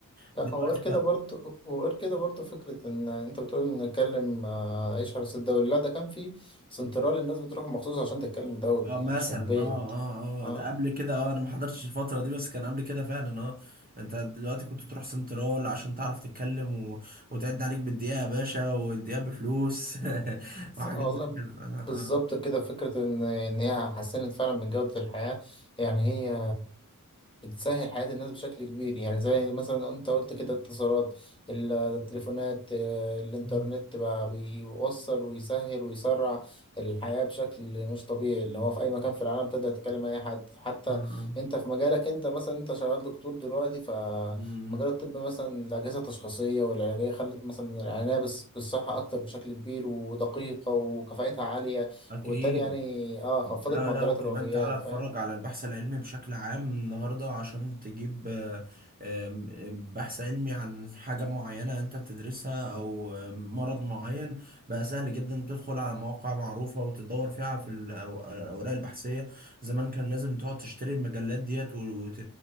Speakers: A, on the left; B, on the right.
A: لا
B: دلوقتي
A: وغير كده برضه وغير كده برضه فكرة إن أنت بتقول إن نتكلم آه، إيش حرس الدوري لا ده كان في سنترال الناس بتروح مخصوص عشان تتكلم دوري
B: اه
A: يعني
B: مثلا
A: مش من البيت
B: اه اه
A: اه
B: اه ده قبل كده اه انا ما حضرتش الفترة دي بس كان قبل كده فعلا اه انت دلوقتي كنت تروح سنترال عشان تعرف تتكلم و... وتعد عليك بالدقيقة يا باشا والدقيقة بفلوس <laughs>
A: س-
B: وحاجات
A: والله
B: زي كده اه اه
A: بالظبط
B: اه.
A: كده فكرة إن إن هي حسنت فعلا من جودة الحياة يعني هي بتسهل حياة الناس بشكل كبير يعني زي مثلا أنت قلت كده اتصالات ال- التليفونات آه، الإنترنت
B: مم.
A: بقى بيوصل ويسهل ويسرع الحياة بشكل مش طبيعي اللي هو في أي مكان في العالم تقدر تكلم أي حد حتى
B: اه اه
A: أنت في مجالك أنت مثلا أنت شغال دكتور دلوقتي
B: مم.
A: مجال الطب مثلا الأجهزة التشخيصية والعلاجية خلت مثلا العناية بس بالصحة أكتر بشكل كبير ودقيقة وكفاءتها عالية
B: اكيد
A: وبالتالي يعني اه خفضت
B: لا
A: معدلات
B: لا وكمان
A: الوفيات
B: تعالى اتفرج
A: فاهم
B: على البحث العلمي بشكل عام النهارده عشان تجيب آه، آم، آم، بحث علمي عن حاجة معينة انت بتدرسها او آم، مرض معين بقى سهل جدا تدخل على مواقع معروفة وتدور فيها في ال- الأو- الاوراق البحثية زمان كان لازم تقعد تشتري المجلات ديت وت...